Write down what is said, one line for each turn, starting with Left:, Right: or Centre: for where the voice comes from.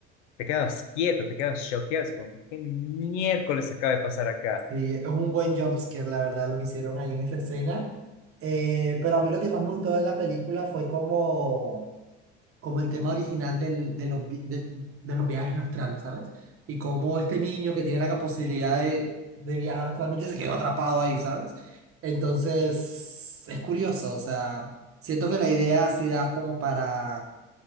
Left: te quedas quieto, te quedas choqueado, es como que qué miércoles acaba de pasar acá.
Right: Sí, es un buen jumpscare, la verdad, lo que hicieron ahí en esa escena. Eh, pero a mí lo que más me gustó de la película fue como... como el tema original del- de, los, vi- de, de los viajes astrales, ¿sabes? Y como este niño que tiene la posibilidad de, de viajar astralmente se quedó atrapado ahí, ¿sabes? Entonces, es curioso, o sea, siento que la idea sí da como para,